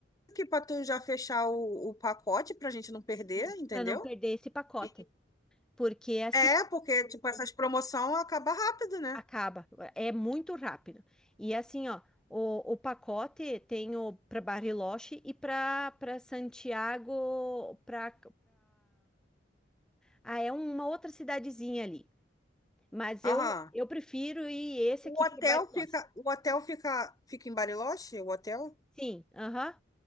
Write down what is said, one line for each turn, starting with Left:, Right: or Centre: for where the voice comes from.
Left: aqui pra tu já fechar o, o pacote pra gente não perder,
Centre: Sim,
Left: entendeu?
Centre: para não perder esse pacote.
Left: E-
Centre: Porque assim,
Left: é,
Centre: ó,
Left: porque tipo essas promoções acabam rápido, né?
Centre: acaba, é muito rápido. E assim, ó, o, o pacote tem o para Bariloche e para para Santiago, para Ah, é uma outra cidadezinha ali. Mas
Left: Aham.
Centre: eu, eu prefiro ir esse
Left: O
Centre: aqui
Left: hotel
Centre: para Bariloche.
Left: fica, o hotel fica, fica em Bariloche? O hotel?
Centre: Sim, aham.